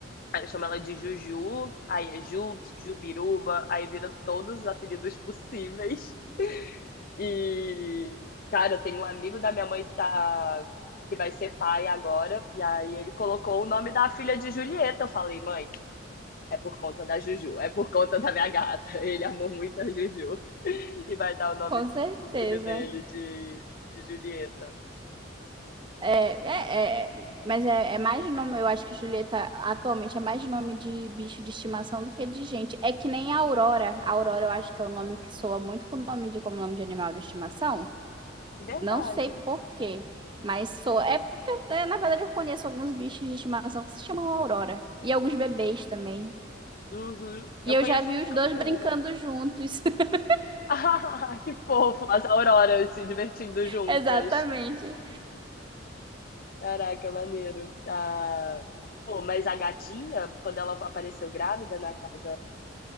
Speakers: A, on the left; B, on the right.
A: Aí eu chamo ela de Juju, aí é Jubs, Jubiruba, aí vira todos os apelidos possíveis. E, cara, eu tenho um amigo da minha mãe que tá. Que vai ser pai agora, e aí ele colocou o nome da filha de Julieta. Eu falei, mãe, é por conta da Juju, é por conta da minha gata. <laughs> Ele amou muito a Juju <laughs> e vai dar o nome
B: Com certeza.
A: do filho dele de, de Julieta.
B: É, é, é, mas é, é mais nome, eu acho que Julieta atualmente é mais nome de bicho de estimação do que de gente. É que nem a Aurora. A Aurora eu acho que é o nome que soa muito com o nome de, como nome de animal de estimação.
A: Verdade.
B: Não sei por quê, mas soa. É porque, eu- é, na verdade, eu conheço alguns bichos de estimação que se chamam Aurora. E alguns bebês também.
A: Uhum.
B: E
A: Eu
B: eu
A: conheço
B: já vi
A: uma
B: os
A: cantora.
B: dois brincando juntos. <laughs>
A: <laughs> Ah, que fofo, as auroras se divertindo juntas.
B: Exatamente.
A: Caraca, maneiro. Ah, pô, mas a gatinha, quando ela apareceu grávida na casa,